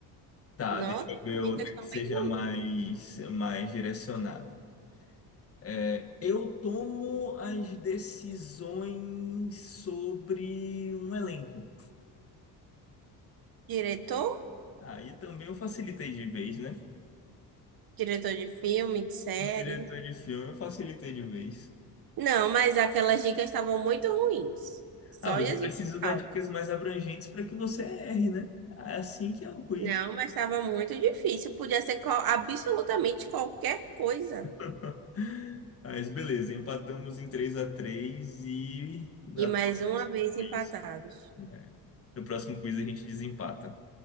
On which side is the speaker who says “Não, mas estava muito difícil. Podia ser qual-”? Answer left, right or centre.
Right